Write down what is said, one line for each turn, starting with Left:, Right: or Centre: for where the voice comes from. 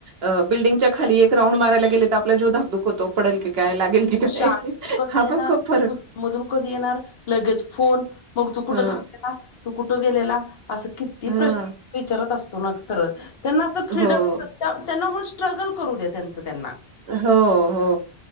Right: अ बिल्डिंगच्या खाली एक राऊंड मारयला गेले तर आपला जीव धाक दुक होतो पडेल की काय लागेल
Left: शाळेतून कधी
Right: हा
Left: येणार
Right: पण खूप फरक
Left: ट्युशन
Right: आहे
Left: मधून कधी येणार लगेच फोन मग तू कुठं
Right: हं,
Left: थांबलेला तू कुठं गेलेला असं किती
Right: हं.
Left: प्रश्न विचारत असतो ना खरं त्यांना असं फ्रीडम
Right: हो,
Left: ते त्यांना मग स्ट्रगल करू दे त्यांचं त्यांना.
Right: हो हो.